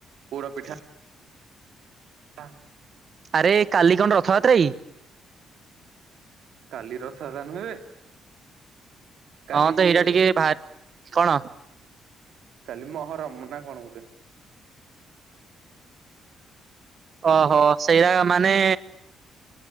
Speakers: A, on the right; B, on the right.
A: ପୋଡପିଠା
B: <inaudible>
A: <inaudible>
B: ଆରେ କାଲି କଣ ରଥଯାତ୍ରା କି?
A: କାଲି ରଥଯାତ୍ରା ନୁହେ ବେ। କାଲି
B: ହଁ ତ
A: ଇଏ
B: ଏଇଟା ଟିକେ ବାହାରି କଣ
A: କାଲି ମହରମ୍ ନା କନ ଗୋଟେ।
B: ଓହୋ ସେଇଆ ମାନେ